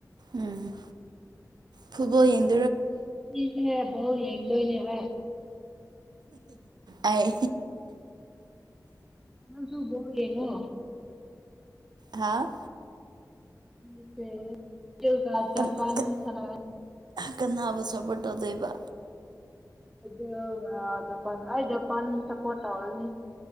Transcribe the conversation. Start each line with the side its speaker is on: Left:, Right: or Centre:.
Right: ꯎꯝ ꯐꯨꯠꯕꯣꯜ ꯌꯦꯡ
Centre: ꯉꯁꯤꯁꯦ ꯕꯣꯜ ꯌꯦꯡꯗꯣꯏꯅꯦ ꯍꯣꯏ
Right: ꯑꯩ
Centre: ꯅꯪꯁꯨ ꯕꯣꯜ ꯌꯦꯡꯉꯣ
Right: ꯍꯥꯎ
Centre: ꯉꯁꯤꯁꯦ ꯖꯤꯜꯒ ꯖꯄꯥꯟ
Right: ꯀꯟ ꯀꯟ
Centre: ꯁꯅꯥ
Right: ꯀꯅꯥꯕꯨ ꯁꯞꯄꯣꯔꯠ ꯇꯧꯗꯣꯏꯕ
Centre: ꯕꯔꯖꯤꯜꯒ ꯖꯄꯥꯟ ꯑꯩ ꯖꯄꯥꯟ ꯁꯄꯣꯔꯠ ꯇꯧꯔꯅꯤ